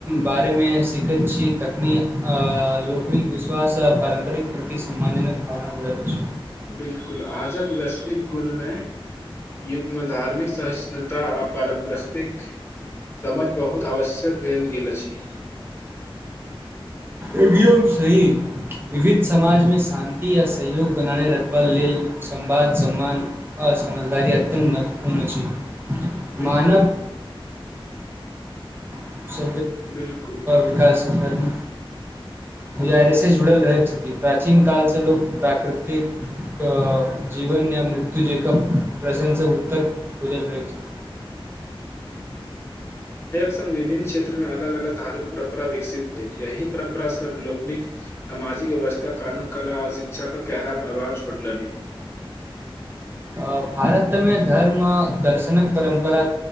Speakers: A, on the right; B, on the left.
A: बारेमे सीखैत छी तखनि लोकनिक विश्वास आ पारम्परिक प्रति सम्मानजनक भावना बढ़ैत अछि।
B: बिलकुल, आजुक वैश्विक गुणमे युग्मधार्मिक सहिष्णुता आ पारम्परस्विक समझ बहुत आवश्यक भेल गेल अछि।
A: एकदम सही, विविध समाजमे शान्ति आ सहयोग बनाने रखबा लेल संवाद, सम्मान आ समझदारी अत्यन्त महत्वपूर्ण अछि।
B: बिल्कुल
A: मानव <unintelligible>
B: बिल्कुल
A: विकास धर्म गुजारेसँ जुड़ल रहैत छथि प्राचीन कालसँ लोक प्राकृतिक अ जीवन या मृत्यु जेक प्रश्नसँ उत्तर खुजल रहैत छथि
B: सङ्ग विभिन्न क्षेत्रमे अलग अलग धार्मिक परम्परा विकसित भेल। यही परम्परा सभ लोकनिक समाजिक व्यवस्था, कानून, कला आओर शिक्षा पर गहरा प्रभाव छोड़ली।
A: अ भारतमे धर्म आ दर्शनक परम्परा